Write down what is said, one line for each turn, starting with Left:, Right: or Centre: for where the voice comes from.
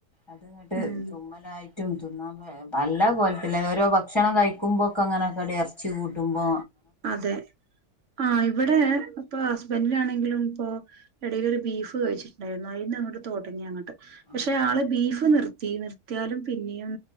Left: അത്ങ്ങിട്ട്
Right: ഉം
Left: തുമ്മലായി റ്റും തിന്നാ പ പല കോലത്തി ഓരോ ഭക്ഷണം കഴിക്കുമ്പോക്കെ അങ്ങനെക്കെ എറച്ചി കൂട്ട ട്ടുമ്പോ
Right: അതെ ആ ഇവിടെ
Left: ഒരു
Right: ഇപ്പൊ ഹസ്ബൻഡിനാണെങ്കിലും ഇപ്പോൾ ഇടയിയിലൊരു ബീഫ് കഴിച്ചിട്ടുണ്ടായിരുന്നു അയിന്നങ്ങട്ട് തൊടങ്ങി അങ്ങോട്ട്
Left: ആ
Right: പക്ഷെ ആള് ബീഫ് നിർ ത്തീ നിർത്തിയാലും പിന്നെയും